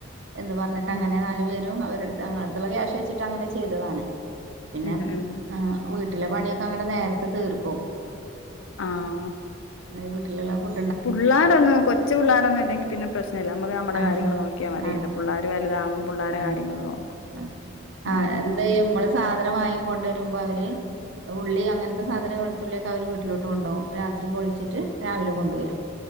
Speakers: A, on the right (about 65°); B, on the left (about 85°).
A: എന്ന് പർഞ്ഞിട്ട് ട്ടങ്ങനെ
B: ഉം
A: നാല് പേരും, അവരെടുത്ത് ഞങ്ങളെട്ത്ത്ള്ള ക്യാഷ് വെച്ചിട്ട് അങ്ങനെ ചെയ്തതാണ്. പിന്നെ
B: ഉം ഉം
A: ആഹ് വീട്ടിലെ പണ്യൊക്കങ്ങനെ നേരത്തെ തീർക്കും.
B: ആഹ്
A: വീട്ടില്ള്ള <unintelligible>
B: പുള്ളാരൊന്നും കൊച്ച് പിള്ളാരൊന്നും അല്ലെങ്കി പിന്നെ പ്രശ്നല്ല. നമ്മക്ക് നമ്മടെ
A: ആഹ്
B: കാര്യങ്ങള് നോക്കിയാ മതിയല്ലൊ,
A: ആഹ്
B: പുള്ളാര് വെ വലുതാവുമ്പം പുള്ളാരെ
A: ആഹ്
B: കാര്യങ്ങള് നോക്കും.
A: ആഹ് ആഹ്
B: ഉം
A: എന്ത് ചെയ്യും
B: ഉം
A: നമ്മള് സാധനം വാങ്ങിക്കൊണ്ടുവരുമ്പൊ അവര് ഉള്ളി അങ്ങനത്തെ സാധനങ്ങ വെളുത്തുള്ളിയൊക്കെ അവർ വീട്ടിലോട്ട് കൊണ്ടുപോകും രാത്രിപ്പോൊ പെളിച്ചിട്ട് രാവിലെ കൊണ്ടുവരും